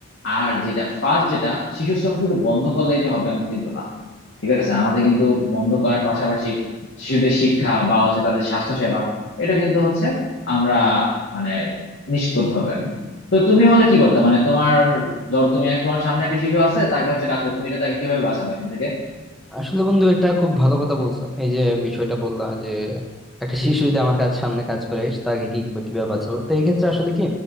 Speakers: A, on the left (about 65°); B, in the centre.
A: আর যেটা ফার্স্ট যেটা শিশু শ্রম শুধু বন্ধ করলেই যে হবে এমন কিন্তু না ঠিক আছে আমাদের কিন্তু বন্ধ করার পাশাপাশি শিশুদের শিক্ষা বা হচ্ছে তাদের স্বাস্থ্য সেবা এটা কিন্তু হচ্ছে আমরা মানে নিশ্চিত করতে হবে আর কি। তো তুমি হলে কি করতে মানে তোমার ধরো তুমি তোমার সামনে একটা শিশু আছে তাকে হচ্ছে কাজ করো তুমি এটা তাকে কিভাবে বাঁচাবে এখান থেকে
B: আসলে বন্ধু এটা খুব ভালো কথা বলছো এই যে বিষয়টা বললা যে একটা শিশু যদি আমার কাজ সামনে কাজ করে তাকে কি কিভাবে কিভাবে বাঁচাবো তো এই ক্ষেত্রে আসলে কি